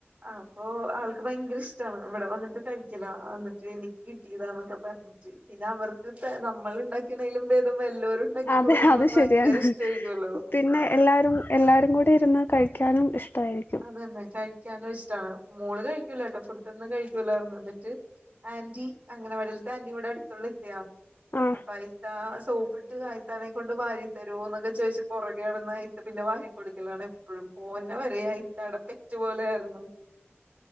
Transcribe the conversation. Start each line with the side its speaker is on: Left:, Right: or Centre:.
Right: അപ്പൊ ആൾ ഭയങ്കര ഇഷ്ടാണ് ഇവടെ വന്നിട്ട് കഴിക്കലാ അന്നിട്ട് എനിക്ക് കിട്ടിയതാന്നൊക്കെ പറ്ഞ്ഞ് പിന്നെ അവർക്ക് പേ നമ്മള് ഇണ്ടാക്ക്ണേലും ഭേദം വല്ലോരും ഉണ്ടാക്കി
Left: അതെ
Right: കൊടുക്കുമ്പോ
Left: അത്
Right: ഭയങ്കര
Left: ശരിയാണ്
Right: ഇഷ്ടമായിരിക്കുമല്ലോ
Left: പിന്നെ എല്ലാരും എല്ലാരും കൂടെ ഇരുന്ന് കഴിക്കാനും ഇഷ്ടായിരി
Right: അതന്നെ കഴിക്കാനും ഇഷ്ടാണ് മോള് കഴിക്ക്യൂലാട്ടോ ഫുഡൊന്നും കഴിക്ക്യൂലായിരുന്നു ന്ന്ട്ട് ആന്റി അംഗനവാടില്ത്തെ ആന്റി ഇവടെ അട്ത്ത്ള്ള ഇത്തയാ
Left: ആഹ്
Right: അപ്പ ആ ഇത്താ സോപ്പിട്ട് ആ ഇത്താനെ കൊണ്ട് വാരി തരോന്നൊക്കെ ചോയിച്ച് പൊറകെ നടന്ന് ആ ഇത്ത പിന്നെ വാരികൊടുക്കലാണ് എപ്പഴും പോര്ന്ന വരെ ആ ഇത്താടപ്പെ റ്റ് പോലെ ആയിരുന്നു